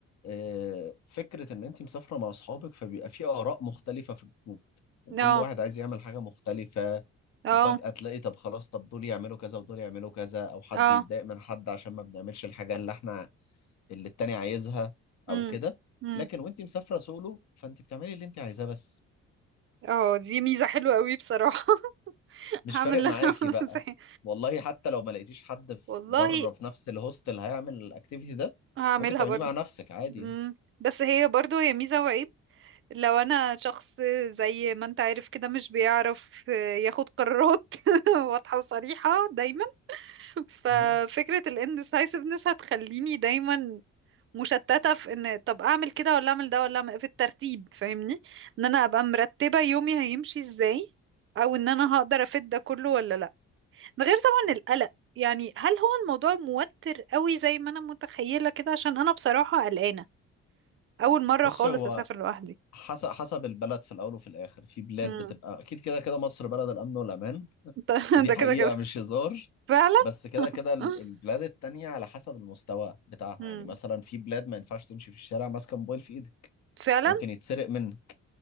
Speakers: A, on the left; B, on the right.
A: آه، فكرة إن أنت مسافرة مع أصحابك فبيبقى في آراء مختلفة في الجروب وكل
B: اه
A: واحد عايز يعمل حاجة مختلفة
B: اه
A: وفجأة تلاقي طب خلاص طب دول يعملوا كذا ودول يعملوا كذا أو حد
B: اه
A: يتضايق من حد عشان ما بنعملش الحاجة اللي إحنا اللي التاني عايزها
B: امم
A: أو كده
B: امم
A: لكن وأنت مسافرة سولو فأنت بتعملي اللي أنت عايزاه بس
B: اه دي ميزة حلوة قوي بصراحة <laughs>
A: مش
B: هعمل
A: فارق
B: اللي
A: معاكي
B: انا عاوزاه
A: بقى والله حتى لو ما لقيتيش حد في
B: والله
A: بره في نفس الهوستل هيعمل الأكتيفيتي ده
B: هعملها
A: ممكن تعمليه
B: برضو
A: مع نفسك عادي
B: امم
A: يعني
B: بس هي برضو هي ميزة وعيب لو انا شخص زي ما انت عارف كده مش بيعرف ياخد قرارات <laughs> واضحة وصريحة دايما ففكرة
A: مم.
B: ال indecisiveness هتخليني دايما مشتتة في ان طب اعمل كده ولا اعمل ده ولا اعمل في الترتيب فاهمني ان انا ابقى مرتبة يومي هيمشي ازاي او ان انا هقدر افيد ده كله ولا لا ده غير طبعا القلق يعني هل هو الموضوع موتر قوي زي ما انا متخيلة كده عشان انا بصراحة قلقانة اول مرة
A: بصي
B: خالص
A: هو
B: اسافر لوحدي
A: حسب حسب البلد في الاول وفي الاخر في بلاد
B: امم
A: بتبقى اكيد كده كده مصر بلد الامن والامان
B: <laughs>
A: ودي
B: ده
A: حقيقه
B: كده كده
A: مش هزار
B: فعلا
A: بس كده
B: <laughs>
A: كده ال- البلاد التانية على حسب المستوى بتاعها
B: مم.
A: يعني مثلا في بلاد ما ينفعش تمشي في الشارع ماسكه موبايل في ايدك
B: فعلا
A: ممكن يتسرق منك